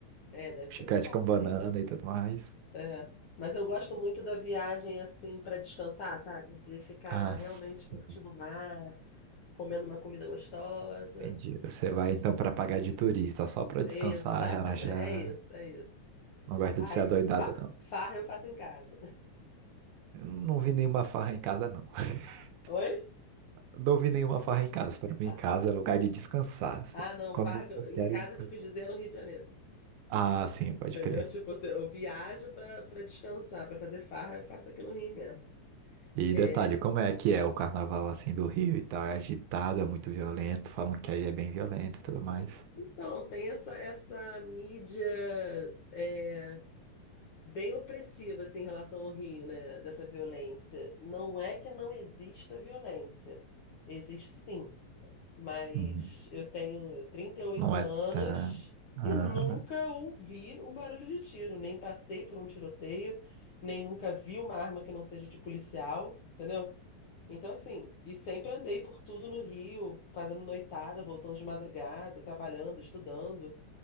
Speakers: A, on the left; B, on the right.
A: é, deve
B: Chiclete
A: ser muito bom,
B: com
A: sim.
B: banana e tudo mais.
A: É. Mas eu gosto muito da viagem assim para descansar, sabe? De ficar
B: Ah,
A: realmente
B: sim,
A: curtindo o mar, comendo uma comida gostosa.
B: entendi. Você vai então para pagar de turista, só para descansar,
A: Exatamente,
B: relaxar.
A: é isso, é isso.
B: Não gosta
A: Aí,
B: de ser adoidada,
A: fa-
B: não.
A: farra eu faço em casa.
B: Eu não vi nenhuma farra em casa, não. <laughs>
A: <laughs> Oi?
B: Não vi nenhuma farra em casa. Para mim,
A: Ah,
B: em casa é lugar de descansar.
A: ah, não,
B: Quando
A: farra que eu-
B: eu
A: em
B: quero
A: casa
B: descansar.
A: que eu quis dizer é no Rio de Janeiro.
B: Ah, sim, pode
A: Entendeu?
B: crer.
A: Tipo, se eu viajo pra para descansar, pra fazer farra, eu faço aqui no Rio mesmo.
B: E
A: É.
B: detalhe, como é que é o carnaval assim do Rio e tal? É agitado, é muito violento, falam que aí é bem violento e tudo mais.
A: Então, tem essa, essa mídia é, bem opressiva assim, em relação ao Rio, né? Dessa violência. Não é que não exista violência. Existe sim. Mas
B: Uhum.
A: eu tenho trinta e oito
B: Não é
A: anos
B: tão. Aham.
A: e nunca ouvi um barulho de tiro. Nem passei por um tiroteio, nem nunca vi uma arma que não seja de policial. entendeu? Então, assim, e sempre andei por tudo no Rio, fazendo noitada, voltando de madrugada, trabalhando, estudando.